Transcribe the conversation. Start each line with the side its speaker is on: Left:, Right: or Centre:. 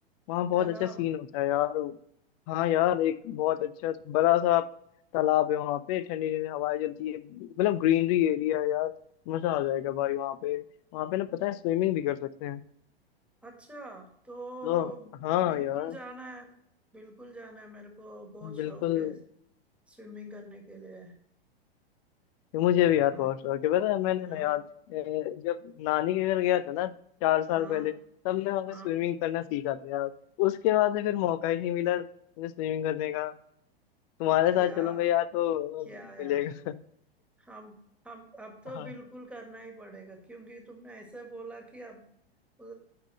Left: वहाँ बहुत
Centre: तालाब
Left: अच्छा सीन होता है यार हाँ यार एक बहुत अच्छा बड़ा सा तालाब है वहाँ पे ठंडी ठंडी हवाएं चलती है मतलब ग्रीनरी एरिया है यार मजा आ जाएगा भाई वहाँ पे वहाँ पे ना पता है स्विमिंग भी कर सकते हैं
Centre: अच्छा तो
Left: तो हाँ
Centre: बिल्कुल
Left: यार
Centre: जाना है बिल्कुल जाना है मेरे को बहुत शौक
Left: बिल्कुल
Centre: है स्विमिंग करने के लिए
Left: मुझे भी यार
Centre: हाँ
Left: बहुत शौक है पता है मैंने ना
Centre: हाँ
Left: यार ए, जब नानी के घर गया था ना चार साल
Centre: हाँ
Left: पहले तब मैं वहाँ पे
Centre: हाँ
Left: स्विमिंग करना सीखा था यार उसके बाद से फिर मौका ही नहीं मिला मुझे स्विमिंग करने का तुम्हारे
Centre: क्या
Left: साथ चलूंगा यार तो
Centre: क्या यार
Left: मिलेगा
Centre: हम हम अब तो
Left: हाँ
Centre: बिल्कुल करना ही पड़ेगा क्योंकि तुमने ऐसे बोला कि अब अ,